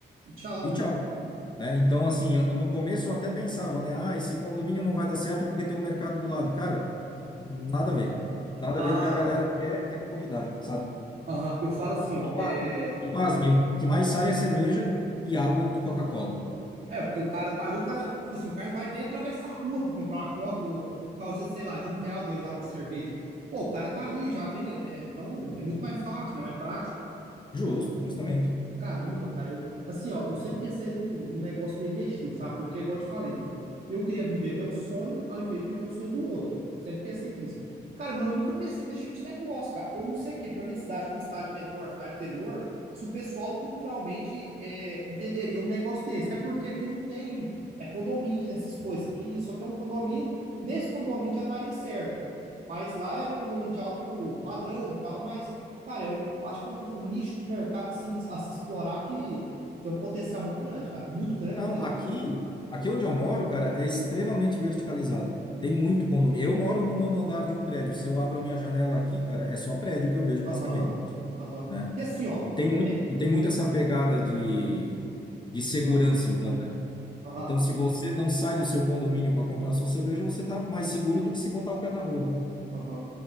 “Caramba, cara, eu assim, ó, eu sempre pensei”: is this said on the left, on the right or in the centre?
Right